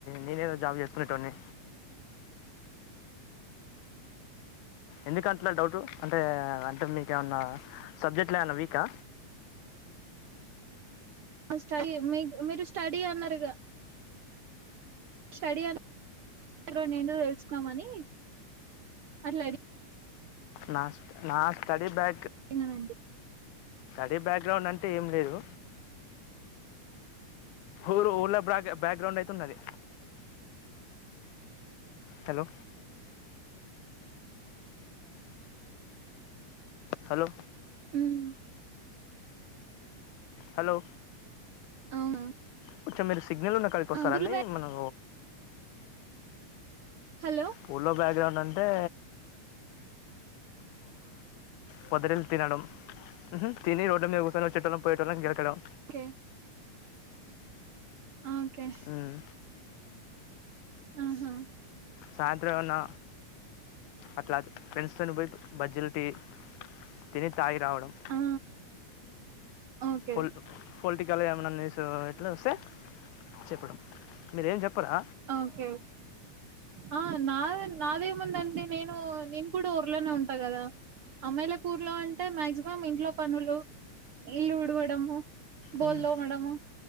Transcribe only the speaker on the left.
నేనేద జాబ్ చేసుకునేటోన్నే ఎందుకట్ల డౌట్ అంటే అంటే మీకు ఏమన్నా సబ్జెక్ట్లో ఏమైన్నా వీకా
నా నా స్టడీ బ్యా
అదే బ్యాక్గ్రౌండ్ అంటే ఏం లేదు. ఊరు ఊళ్ళ బ బ్యాక్గ్రౌండ్ అయితే ఉన్నది. హలో హలో
హలో
కొంచెం మీరు సిగ్నల్ ఉన్న కడికి వస్తార
అండి మనం
పూల్లో బ్యాక్గ్రౌండ్ అంటే పొద్దున వెళ్లి తినడం ఉహు తిని రోడ్ల మీద కుసోని వచ్చేటోళ్లను పోయేటోళ్లని గెలకడం
మ్మ్.
సాయంత్రం ఏమన్నా అట్లా ప్రెన్స్టన్ బట్ బజిల్టీ టీ తాగి రావడం
పొల్ పొల్ టికల్ గ ఏమైన్నా న్యూస్ ఇట్లా వసే చెప్పడం మీర్ ఏం జెప్పరా
మ్మ్,